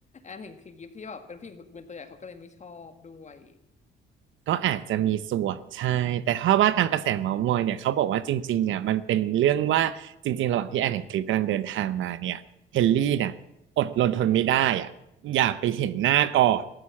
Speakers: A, on the left; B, on the right.
A: นแห่งคลีฟ <laughs> ที่แบบเป็นผู้หญิงบึกบึนตัวใหญ่เขาก็เลยไม่ชอบด้วย
B: ก็อาจจะมีส่วนใช่ แต่ถ้าว่าตามกระแสเมาส์มอยเนี่ยเขาบอกว่าจริงๆเนี่ยมันเป็นเรื่องว่าจริงๆระหว่างที่แอนเห็นคลิปกำลังเดินทางมาเนี่ยเฮนรี่เนี่ยอดรนทนไม่ได้อ่ะอยากไปเห็นหน้าก่อน